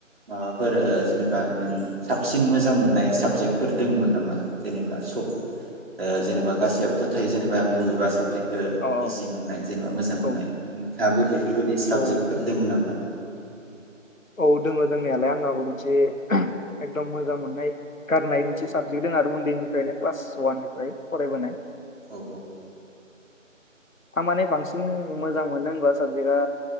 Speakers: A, on the right; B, on the left.
A: माबाफोर ओ जेनेबा नों साबसिन मोजां मोननाय साबजेक्टफोर दंमोन नामा? जेनेबा सब जेनेबा गासैयावबोथ' थायो जेनेबा मुभिबा साब <unintelligible>
B: औ औ
A: इजि मोननाय जेनेबा मोजां मोननाय
B: औ
A: उम, थाबो बेफोरबायदि साबजेक्टफोर
B: औ
A: दङ नामा?
B: औ दङ दंनायालाय आंहाबो मोनसे एकदम मोजां मोननाय, गारनाय मोनसे
A: औ
B: साबजेक्ट दङ आरो उन्दै <unintelligible> क्लास वाननिफ्राय फरायबोनाय,
A: औ औ
B: थारमाने बांसिन मोजां मोनो होनबा साबजेक्टआ